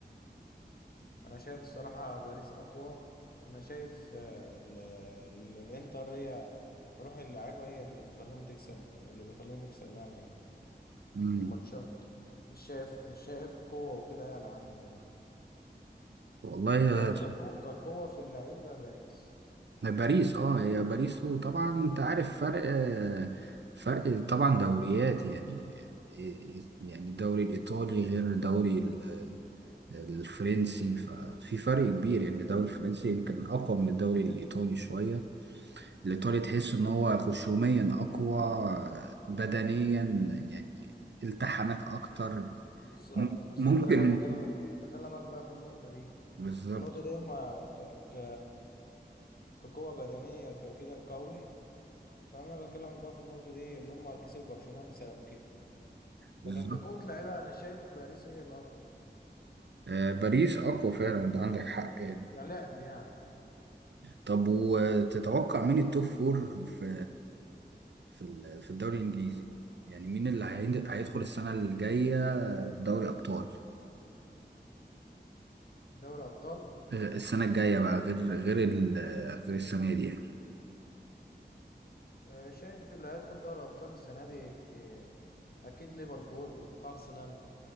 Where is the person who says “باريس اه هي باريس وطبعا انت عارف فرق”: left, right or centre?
Right